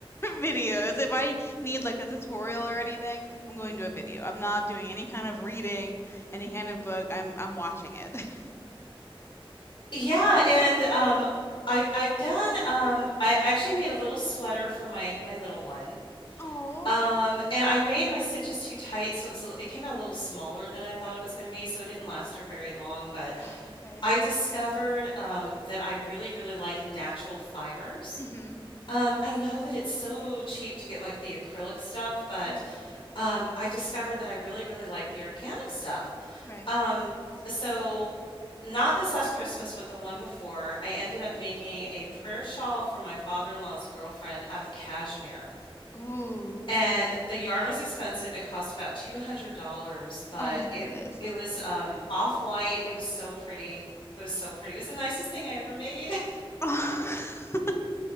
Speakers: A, on the left (about 25°); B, on the left (about 50°).
A: videos. If I need like a tutorial or anything, I'm going to a video. I'm not doing any kind of reading, any kind of book. I'm I'm watching it. <laughs>
B: Yeah, and um, I I've done um, I actually made a little sweater for my my little one.
A: Oh,
B: Um, and I made my stitches too tight, so it was a- it came out a little smaller than I thought it was going to be, so it didn't last her very long, but
A: oh, okay.
B: I discovered um, that I really, really like natural fibers.
A: hmm
B: Um, I know that it's so cheap to get like the acrylic stuff, but
A: hmm
B: um, I've discovered that I really, really like the organic stuff.
A: Right.
B: Um, so, not this last Christmas, but the one before, I ended up making a prayer shawl for my father-in-law's girlfriend out of cashmere.
A: Ooh.
B: And the yarn was expensive. It cost about $200, but
A: Oh my goodness.
B: it it was um off-white. It was so pretty. It was so pretty. It was the nicest thing I ever made. <laughs>
A: <laughs>